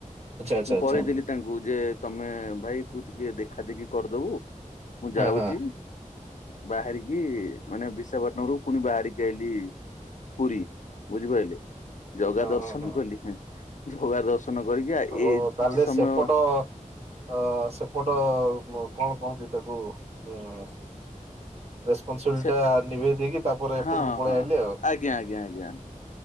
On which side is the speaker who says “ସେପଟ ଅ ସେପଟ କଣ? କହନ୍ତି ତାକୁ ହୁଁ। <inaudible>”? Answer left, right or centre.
Right